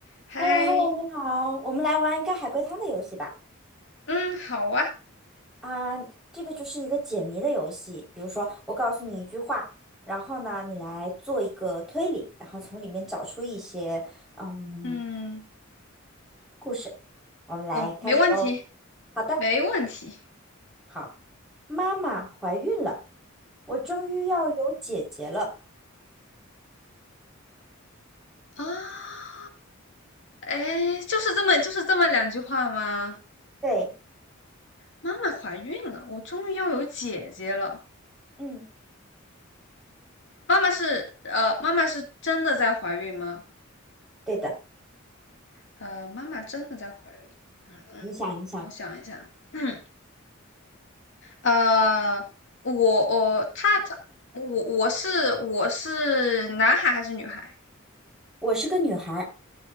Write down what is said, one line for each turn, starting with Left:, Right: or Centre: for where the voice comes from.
Left: 嗨，
Centre: h e l l o h e l l o 你好，我们来玩一个海龟汤的游戏吧。
Left: 嗯，好啊，
Centre: 啊、这个就是一个解谜的游戏，比如说我告诉你一句话，然后呢，你来做一个推理，然后从里面找出一些嗯
Left: 嗯，
Centre: 故事。我们来开始喽。
Left: 我没问题，
Centre: 好的，
Left: 没问题
Centre: 好，妈妈怀孕了，我终于要有姐姐了。
Left: 啊。哎，就是这么就是这么两句话吗？
Centre: 对，
Left: 妈妈怀孕了，我终于要有姐姐了。
Centre: 嗯，
Left: 妈妈是呃，妈妈是真的在怀孕吗？
Centre: 对的，
Left: 呃，妈妈真的在怀孕。嗯嗯，
Centre: 你想一想，
Left: 我想一想，嗯呃，我我她她我我是我是男孩还是女孩？
Centre: 我是个女孩儿。